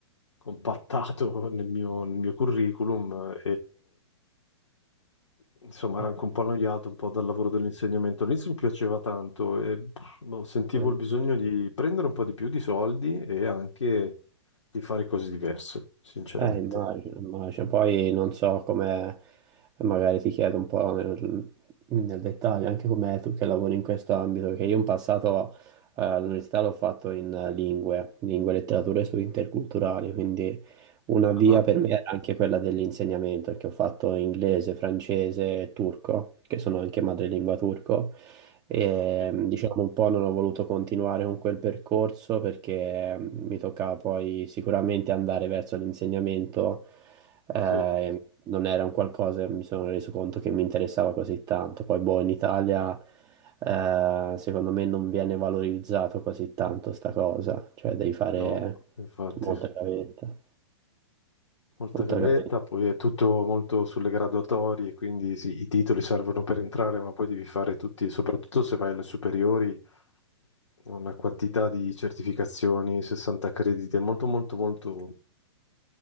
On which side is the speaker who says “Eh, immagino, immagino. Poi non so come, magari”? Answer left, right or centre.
Right